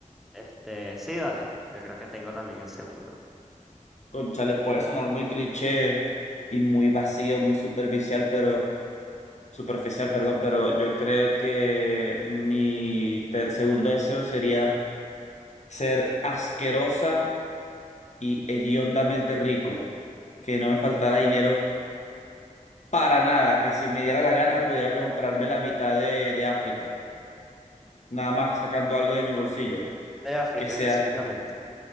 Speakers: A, in the centre; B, on the left.
A: Este, sí, dale. Yo creo que tengo también el segundo.
B: Conchale, puede sonar muy cliché y muy vacío, muy superficial, pero superficial, perdón, pero yo creo que mi te- segundo deseo sería ser asquerosa y hediondamente rico, que no me faltara dinero para nada, que si me diera la gana pudiera comprarme la mitad de, de África, nada más sacando algo de mi bolsillo,
A: De África
B: que sea,
A: específicamente.